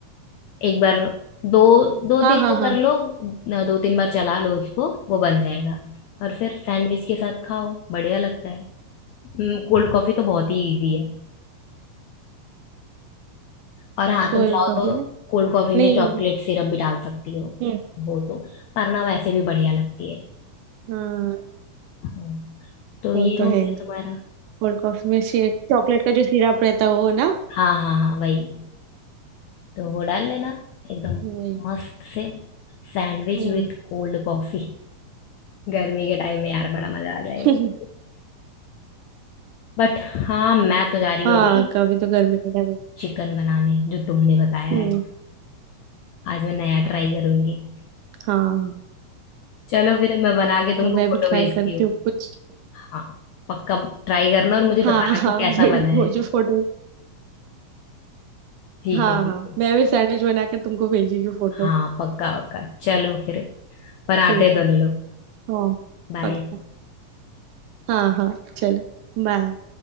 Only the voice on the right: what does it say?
हाँ
हाँ
हाँ
कोल्ड
कॉफी
ना
नहीं
हम्म
हाँ
वो तो
है
कोल्ड कॉफी में से चॉकलेट का जो सिरप रहता है वो ना
वही
हम्म
<laughs>
हाँ
कभी तो गर्मी का टाइम
हम्म
हाँ
तो मैं
भी ट्राई
करती
हूँ कुछ
हाँ हाँ
भेज
दो जो फोटो
हाँ
हाँ
मैं भी सैंडविच बनाकर तुमको भेजेगी फोटो
ठीक
है
हाँ
पक्का हाँ हाँ चलो बाय